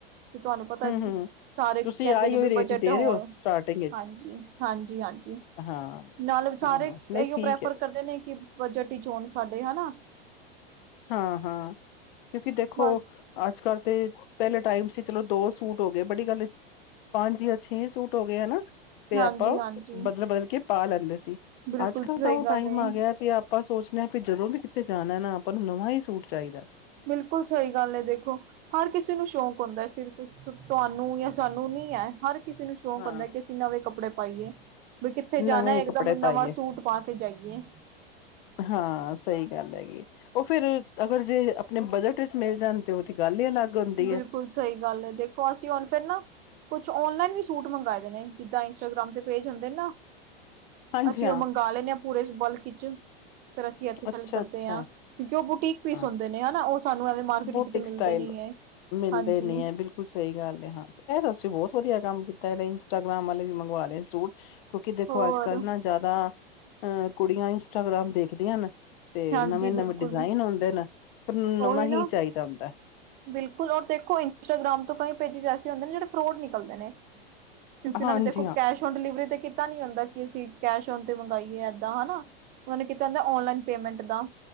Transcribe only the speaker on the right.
ਕਿ ਤੁਹਾਨੂੰ ਪਤਾ,
ਸਾਰੇ
ਕਹਿੰਦੇ
ਨੇ
ਵੀ
ਬਜਟ
ਹੋਣ
ਹਾਂਜੀ, ਹਾਂਜੀ- ਹਾਂਜੀ।
ਨਾਲ ਸਾਰੇ,
ਇਹੀਓ
ਪ੍ਰੈਫਰ
ਕਰਦੇ ਨੇ ਕਿ। ਬਜਟ ਵਿਚ ਹੋਣ ਸਾਡੇ, ਹਨਾ।
ਬਸ
ਹਾਂਜੀ
ਹਾਂਜੀ
ਬਿਲਕੁਲ
ਸਹੀ
ਗੱਲ
ਏ
ਬਿਲਕੁਲ, ਸਹੀ ਗੱਲ ਹੈ। ਦੇਖੋ, ਹਰ ਕਿਸੇ ਨੂੰ ਸ਼ੌਕ ਹੁੰਦਾ। ਸਿਰਫ, ਤੁਹਾਨੂੰ ਜਾਂ ਸਾਨੂੰ ਨੀ ਹੈ ਹਰ ਕਿਸੇ ਨੂੰ ਸ਼ੌਂਕ
ਹੁੰਦਾ ਕਿ ਅਸੀਂ ਨਵੇਂ ਕੱਪੜੇ ਪਾਈਏ। ਵੀ ਕਿੱਥੇ ਜਾਣਾ
ਇੱਕ
ਦਮ ਨਵਾਂ
ਸੂਟ ਪਾ ਕੇ ਜਾਈਏ।
ਬਿਲਕੁਲ
ਸਹੀ ਗੱਲ ਹੈ ਦੇਖੋ ਅਸੀਂ ਹੁਣ ਫਿਰ ਨਾ ਕੁਛ ਓਨਲਾਈਨ ਵੀ ਸੂਟ ਮੰਗਾਏ ਦੇ ਨੇ ਜਿੱਦਾਂ ਇੰਸਟਾਗ੍ਰਾਮ ਦੇ ਪੇਜ ਹੁੰਦੇ ਨੇ ਨਾ।
ਅਸੀਂ
ਉਹ ਮੰਗਾ ਲੈਂਦੇ ਹਾਂ ਪੂਰੇ ਬਲਕ ਵਿੱਚ ਫੇਰ ਅਸੀਂ ਇਥੇ ਸੈਲਫ
ਕਰਦੇ
ਹਾਂ। ਕਿਉਂਕਿ ਉਹ, ਬੁਟੀਕ ਪੀਸ
ਹੁੰਦੇ ਨੇ। ਹਨਾ, ਉਹ ਸਾਨੂੰ ਐਵੇਂ ਮਾਰਕੀਟ
ਵਿੱਚ, ਤੇ ਮਿਲਦੇ
ਨੀ ਹੈ।
ਹਾਂਜੀ
ਹੋਰ
ਹਾਂਜੀ
ਬਿਲਕੁਲ
ਉਹੀ
ਨਾ
ਬਿਲਕੁਲ ਔਰ ਦੇਖੋ ਇੰਸਟਾਗ੍ਰਾਮ ਤੋਂ ਕਈ ਪੇਜ ਐਸੇ ਹੁੰਦੇ ਨੇ ਜਿਹੜੇ ਫਰੋਡ ਨਿਕਲਦੇ ਨੇ। ਕਿਉਂਕਿ ਉਹਨਾਂ
ਨੇ ਦੇਖੋ
ਕੈਸ਼ ਓਨ ਡਿਲੀਵਰੀ ਤੇ ਕੀਤਾ ਨੀ ਹੁੰਦਾ ਕਿ ਅਸੀਂ ਕੈਸ਼ ਓਨ ਤੇ ਮੰਗਾਈਏ। ਦਾ ਹਨਾ ਉਹਨਾਂ ਨੇ ਕੀਤਾ ਹੁੰਦਾ ਔਨਲਾਈਨ ਪੇਮੈਂਟ ਦਾ